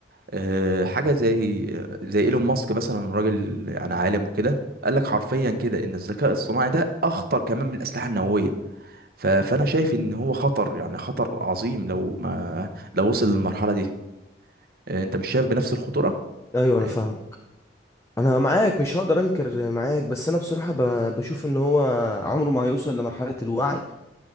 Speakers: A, on the right; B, on the left.
A: آه حاجه زي زي ايلون ماسك مثلا راجل انا عالم وكده قال لك حرفيا كده ان الذكاء الصناعي ده اخطر كمان من الاسلحه النوويه ف- فانا شايف ان هو خطر يعني خطر عظيم لو ما لو وصل للمرحله دي آه، انت مش شايف بنفس الخطوره
B: ايوه انا
A: إيه؟
B: فاهمك انا معاك مش هقدر انكر معاك بس انا بصراحة ب- بشوف ان هو عمره ما هيوصل لمرحلة الوعي